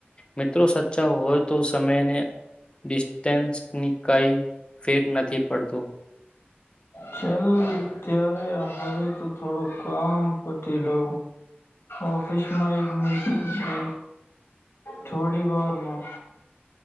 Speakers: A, on the left; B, on the left.
A: મિત્રો સાચા હોય તો સમયને ડિસ્ટસ્ટન્સની કાંઈ ફેર નથી પડતું.
B: ચલ ત્યારે હવે તું થોડું કામ પ <unintelligible> લઉ ઓફિસમાં એક મીટિંગ છે થોડી વારમાં.